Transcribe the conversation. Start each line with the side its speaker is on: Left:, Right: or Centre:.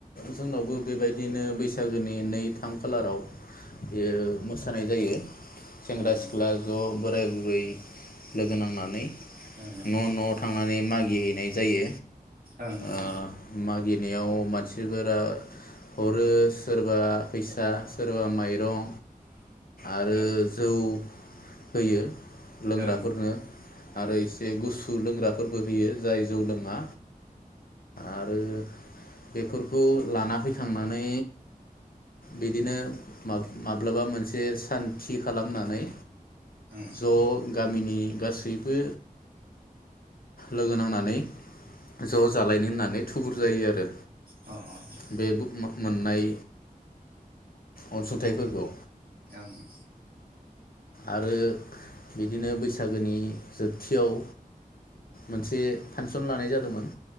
Left: जोंनावबो बेबायदिनो बै बैसागोनि नै थाम खालाराव बियो मो सानाय जायो सेंग्रा
Right: ओं
Left: सिख्ला ज' बोराइ बु ब्रै लोगो नांनानै।
Right: ओं
Left: न' न'आव थांनानै मागिहैनाय जायो
Right: ओं
Left: ओ
Right: ओं
Left: मागिनायाव मानसिफोरा हरो सोरबा फैसा सोरबा माइरं
Right: ओं
Left: आरो जौ होयो लोंग्राफोरनो
Right: ओं ओं
Left: आरो एसे गुसु लोंग्राफोरबो होयो जाय जौ लोङा आरो बेफोरखौ लाना फैखांनानै बिदिनो मा-माब्लाबा मोनसे सान थि खालामनानै
Right: ओं ओं
Left: ज' गा गामिनि गासैबो लोगो नांनानै ज' जालायनो होननानै थुबुर जायो आरो
Right: अ
Left: बे मोननाय अनसुंथाइफोरखौ
Right: ओं <unintelligible>
Left: आरो बिदिनो बैसागोनि जोबथियाव मोनसे फानसन लानाय जादोंमोन